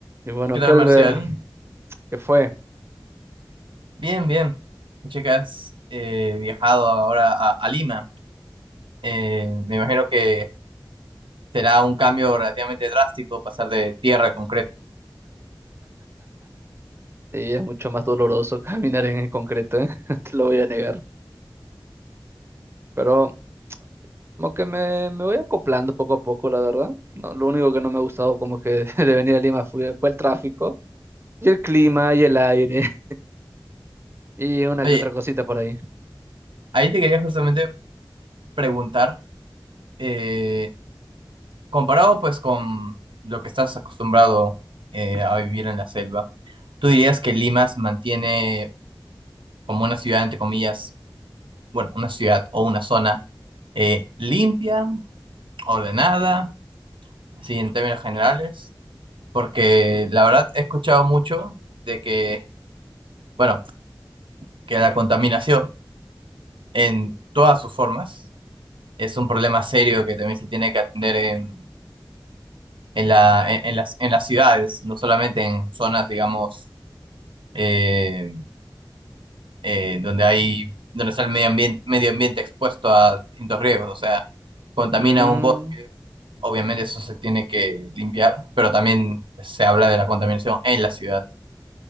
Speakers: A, on the right; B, on the right.
A: Y bueno,
B: ¿Qué
A: Calver,
B: tal, Marcial?
A: que fue?
B: Bien, bien. Che, que has eh, viajado ahora a, a Lima. Eh, me imagino que será un cambio relativamente drástico pasar de tierra a concreto.
A: Sí, es mucho más doloroso <laughs> caminar en el concreto, ¿eh? <laughs> No Te lo voy a negar. Pero como que me, me voy acoplando poco a poco, la verdad. No, lo único que no me ha gustado como que <laughs> de venir a Lima fue, fue el tráfico y el clima y el aire <laughs> y una
B: Oye,
A: que otra cosita por ahí.
B: ahí te quería justamente preguntar, eh, comparado pues con lo que estás acostumbrado eh, a vivir en la selva, ¿tú dirías que Lima se mantiene como una ciudad, entre comillas, bueno, una ciudad o una zona eh, limpia, ordenada, así en términos generales? porque la verdad he escuchado mucho de que, bueno, que la contaminación en todas sus formas es un problema serio que también se tiene que atender en, en la, en, en las, en las ciudades, no solamente en zonas, digamos, eh, eh, donde hay, donde está el medio ambiente, medio ambiente expuesto a distintos riesgos, o sea, contamina
A: Mm,
B: un bosque, obviamente eso se tiene que limpiar, pero también se habla de la contaminación en la ciudad.